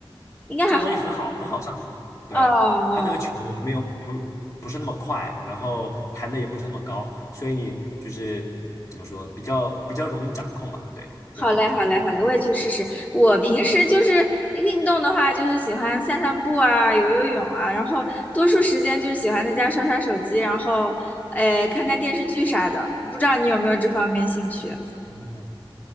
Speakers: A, on the left; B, on the left.
A: 应该还好。
B: 这个东西很好，很好上手。对，
A: 哦哦，
B: 它这个球没有不不是那么快，然后弹的也不是那么高，所以你就是怎么说，比较比较容易掌控吧？对，比较容易掌控。
A: 好嘞，好嘞，好嘞，
B: 嗯，
A: 我也去试试。我平时就是运动的话，就是喜欢散散步啊，游游泳啊，然后多数时间就是喜欢在家刷刷手机，然后呃看看电视剧啥的。不知道你有没有这方面兴趣？
B: 哦